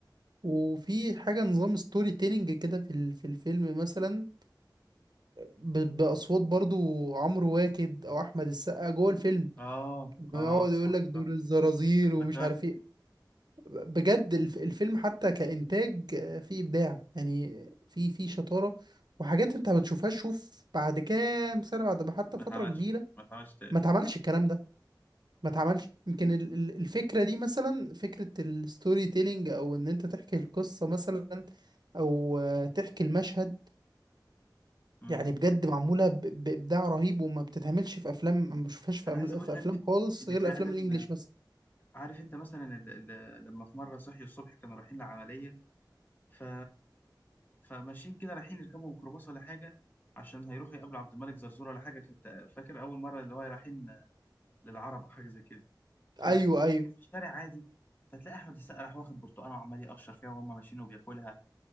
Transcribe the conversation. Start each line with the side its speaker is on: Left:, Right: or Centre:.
Right: وفي حاجة نظام ستوري تيلينج كده في ال- في الفيلم مثلا ب- بأصوات برضو عمرو واكد أو أحمد السقا جوه الفيلم
Left: اه
Right: يقعد
Left: اه صح
Right: يقول لك دور
Left: صح
Right: الزرازير
Left: افتكرت
Right: ومش عارف ايه بجد الف- الفيلم حتى كإنتاج فيه إبداع يعني في في شطارة وحاجات انت ما بتشوفهاش شوف بعد كام سنة بعد ما حتى
Left: ما
Right: فترة
Left: اتعملش
Right: كبيرة
Left: ما اتعملش تاني
Right: ما اتعملش الكلام ده ما اتعملش يمكن ال- ال- الفكرة دي مثلا فكرة الستوري تيلينج او ان انت تحكي القصة مثلا او آه، تحكي المشهد
Left: مم.
Right: يعني بجد معمولة ب- بإبداع رهيب وما بتتعملش في افلام ما بشوفهاش في
Left: انا
Right: أم-
Left: عايز اقول
Right: في
Left: لك
Right: افلام خالص
Left: ان
Right: غير
Left: فعلا
Right: افلام الانجليش
Left: آه،
Right: بس
Left: عارف انت مثلا ال- ال- لما في مره صحي الصبح كانوا رايحين لعمليه ف فماشيين كده رايحين يركبوا ميكروباص ولا حاجه عشان هيروحوا يقابلوا عبد الملك زرزور ولا حاجه كنت فاكر اول مره اللي هو رايحين آه، للعرب او حاجه زي كده فماشيين
Right: ايوه ايوه
Left: في الشارع عادي فتلاقي احمد السقا راح واخد برتقانه وعمال يقشر فيها وهم ماشيين وبياكلها